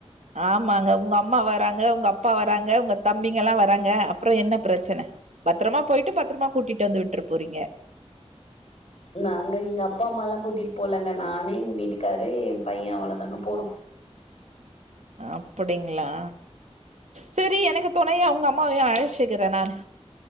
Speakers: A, on the right; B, on the left.
A: ஆமாங்க உங்க அம்மா வராங்க உங்க அப்பா வராங்க உங்க தம்பிங்க எல்லாம் வராங்க அப்புறம் என்ன பிரச்சன பத்திரமா போயிட்டு பத்திரமா கூட்டிட்டு வந்து விட்ர போறீங்க
B: நாங்க எங்க அப்பா அம்மாலா கூட்டிகிட்டு போலங்க நானு எங்க வீட்டுக்காரு என் பையன் அவ்ளவுதாங்க போறோ
A: அப்படிங்களா சரி எனக்கு துணைய அவங்க அம்மாவையும் அழச் சிக்கிறேன் நானு